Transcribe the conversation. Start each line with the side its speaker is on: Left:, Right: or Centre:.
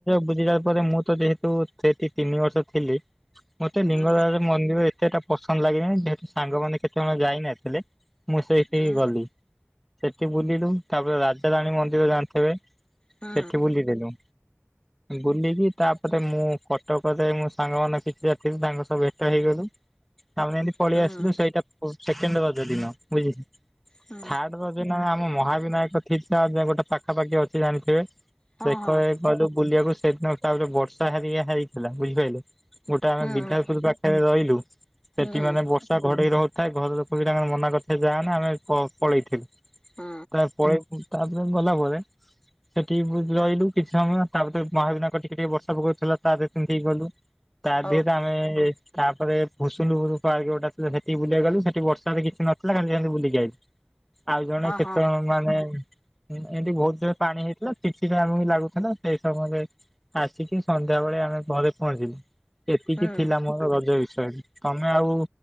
Centre: ବୁଝିଲା ପରେ ମୁଁ ତ ଯେହେତୁ ସେଠି ତିନି ବର୍ଷ ଥିଲି ମତେ ଲିଙ୍ଗରାଜ
Left: ହୁଁ
Centre: ମନ୍ଦିର ଏତେଟା ପସନ୍ଦ ଲାଗିଲାନି ଯେହେତୁ ସାଙ୍ଗମାନେ କେତେଜଣ ଯାଇନଥିଲେ। ମୁଁ ସେଇଠିକି
Left: ହୁଁ
Centre: ଗଲି ସେଠି ବୁଲିଲୁ ତାପରେ ରାଜାରାଣୀ ମନ୍ଦିର ଜାଣିଥିବେ?
Left: ହୁଁ
Centre: ସେଠି ବୁଲିଦେଲୁ ବୁଲିକି ତାପରେ ମୁଁ କଟକ ରେ ମୁଁ ସାଙ୍ଗ ମାନ କିଛିଟା ଥିଲେ ତାଙ୍କ ସହ ଭେଟ ହେଇଗଲୁ। ତାପରେ ଏମତି ପଳେଇ
Left: ହୁଁ
Centre: ଆସିଲୁ ସେଇଟା ସେକଣ୍ଡ ରଜ ଦିନ ବୁଝି <unintelligible>
Left: ହୁଁ।
Centre: ରଜ ଦିନ ଆମ ମହାବିନାୟକ <unintelligible> ଗୋଟେ ପାଖାପାଖି ଅଛି ଜାଣିଥିବେ
Left: ହଁ
Centre: ସେ
Left: ହଁ
Centre: ବୁଲିବାକୁ ସେଦିନ ତାପରେ ବର୍ଷା ହାରିକ ହେଇଥିଲା ବୁଝିପାରିଲେ? ଗୋଟେ ଆମେ
Left: ହୁଁ
Centre: ବିଧାପୁର ପାଖରେ ରହିଲୁ ସେଠି
Left: ହୁଁ
Centre: ମାନେ ବ ଘଡେଇ ରହୁଥାଏ ଘର ଲୋକ ବି ତାଙ୍କର ମନା କରଥିଲେ ଯାଅନା ଆମେ ପଳେଇଥିଲୁ।
Left: ହଁ
Centre: ତାପରେ ପୁ ତାପରେ ଗଲା ପରେ ସେଠି ରହିଲୁ କିଛି ସମୟ ତାପରେ ମହାବିନାୟକ ଟିକେ ଟିକେ ବର୍ଷା ପକଉଥିଲା ତା ଦେହରେ ସେମତି ହେଇ ଗଲୁ ତା
Left: ହଉ
Centre: ଦେହେରେ ଆମେ ତାପରେ ଭୁସୁୁଲୁହୁରୁ ପାର୍କ ଗୋଟା ଥିଲା ସେଠି ବୁଲିବା ଗଲୁ ସେଠି ବର୍ଷାରେ କିଛି ନଥିଲା ଖାଲି ସେମିତି ବୁଲିକି ଆଇଲୁ। ଆଉ ଜଣେ
Left: ହଁ
Centre: କେତେ
Left: ହଁ
Centre: ଜଣ ମାନେ ଏମତି ବହୁତ ଜୋରେ ପାଣି ହେଇଥିଲା। <unintelligible> ଆମକୁ ବି ଲାଗୁଥିଲା। ସେଇ ସମୟରେ ଆସିକି ସନ୍ଧ୍ୟାବେଳେ ଆମେ ଘରେ ପହଞ୍ଚିଲୁ ସେତିକି
Left: ହୁଁ
Centre: ଥିଲା ମୋର ରଜ ବିଷୟରେ। ତମେ ଆଉ